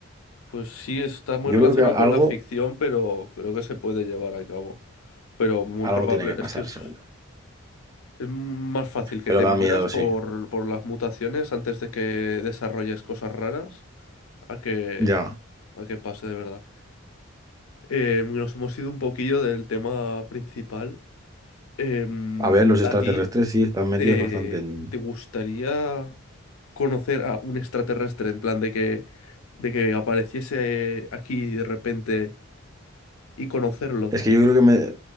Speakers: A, on the left (about 85°); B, on the right (about 15°).
A: Pues sí, está muy
B: Yo
A: relacionado
B: creo que algo,
A: con la ficción, pero creo que se puede llevar a cabo. Pero muy
B: algo
A: probable,
B: tiene que
A: es
B: pasar,
A: que es,
B: seguro.
A: es más fácil que
B: Pero
A: te
B: da
A: mueras
B: miedo,
A: por,
B: sí.
A: por las mutaciones antes de que desarrolles cosas raras a que,
B: Ya.
A: a que pase de verdad. Eh, nos hemos ido un poquillo del tema principal. Em,
B: A ver, los extraterrestres
A: ¿a ti
B: sí están metidos
A: te,
B: bastante en,
A: te gustaría conocer a un extraterrestre en plan de que, de que apareciese aquí de repente y conocerlo?
B: Es que yo creo que me,